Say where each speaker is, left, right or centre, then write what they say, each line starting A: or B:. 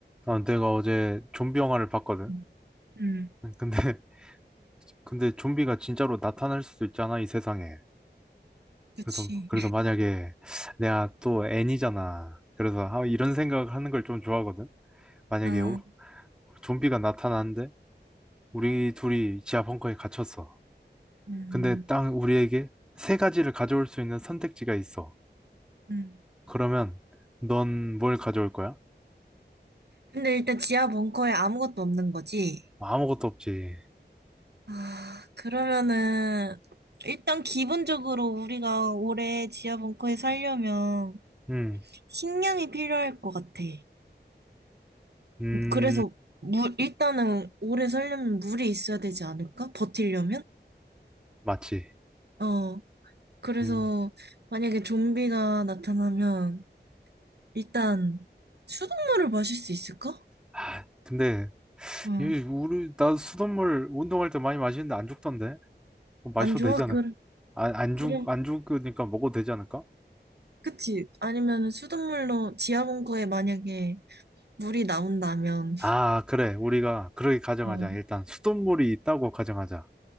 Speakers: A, in the centre; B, on the right.
A: 아, 내가 어제 좀비 영화를 봤거든.
B: 음, 음,
A: 음, 근데, <laughs> 근데 좀비가 진짜로 나타날 수도 있잖아, 이 세상에.
B: 그치.
A: 그래서, 그래서 만약에 내가 또 애니잖아. 그래서 아, 이런 생각을 하는 걸 좀 좋아하거든. 만약에
B: 아,
A: 오- 좀비가 나타나는데 우리 둘이 지하 벙커에 갇혔어.
B: 음,
A: 근데 딱 우리에게 세 가지를 가져올 수 있는 선택지가 있어.
B: 음.
A: 그러면 넌 뭘 가져올 거야?
B: 근데 일단 지하 벙커에 아무것도 없는 거지?
A: 아무것도 없지.
B: 아, 그러면은, 일단 기본적으로 우리가 올해 지하 벙커에 살려면
A: 음,
B: 식량이 필요할 것 같아.
A: 음,
B: 그래서 물, 일단은 오래 살려면 물이 있어야 되지 않을까? 버티려면?
A: 맞지.
B: 어, 그래서
A: 음,
B: 만약에 좀비가 나타나면 일단 수돗물을 마실 수 있을까?
A: 아, 근데
B: 응.
A: 예, 우리 나 수돗물 운동할 때 많이 마시는데 안 죽던데. 그거 마셔도
B: 안 좋아?
A: 되잖아.
B: 그,
A: 안, 안
B: 그럼
A: 죽, 안 죽으니까 먹어도 되지 않을까?
B: 그치? 아니면 수돗물로 지하봉구에 만약에 물이 나온다면,
A: 아, 그래. 우리가 그렇게 가정하자.
B: 어.
A: 일단 수돗물이 있다고 가정하자.